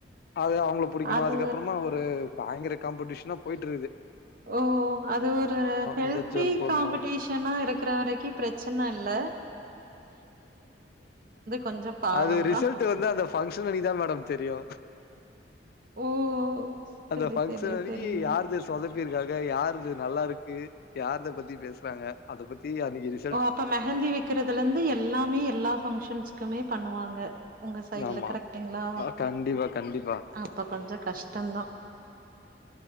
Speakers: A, on the left (about 60°); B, on the right (about 55°).
A: அது அவங்கள புடிக்கணு
B: அது
A: அதுக்கப்றமா ஒரு பயங்கர காம்படீஷனா போயிட்டுர்ருது
B: ஓ அது ஒரு ஹெல்தி
A: இந்த ஜுவல் போட்ணு
B: காம்படீஷனா இருக்குற வரக்கி ப்ரச்சனல்ல கொஞ்சம் பாவம்
A: அது ரிசல்ட்
B: தான்.
A: வந்து அந்த பங்க்ஷன் அன்னைக்குதா மேடம் தெரியு
B: ஓ
A: அந்த
B: சரி,
A: பங்க்ஷன்
B: சரி,
A: அன்னிக்கு
B: சரிங்க.
A: யார்து சொதப்பி இருக்காங்க யார்து நல்லா இருக்கு யார்த பத்தி பேசுறாங்க அத பத்தி அன்னிக்கு ரிச
B: ஓ அப்ப மெஹந்தி வெக்கிறதுல இருந்து எல்லாமே எல்லா ஃபங்க்ஷன்ஸ்குமே பண்ணுவாங்க உங்க சைடுல
A: ஆமா
B: கரெக்ட்டுங்களா
A: அஹ் கண்டிப்பா கண்டிப்பா
B: அப்ப கொஞ்சோ கஷ்டந்தா